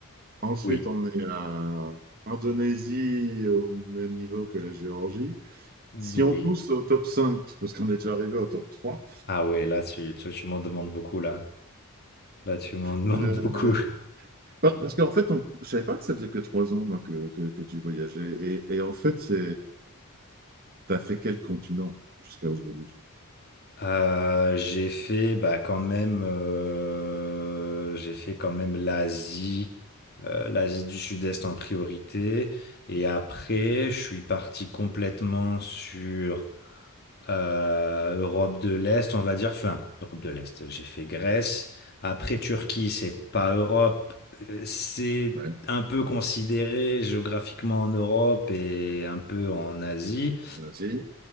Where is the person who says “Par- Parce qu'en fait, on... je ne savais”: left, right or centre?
Right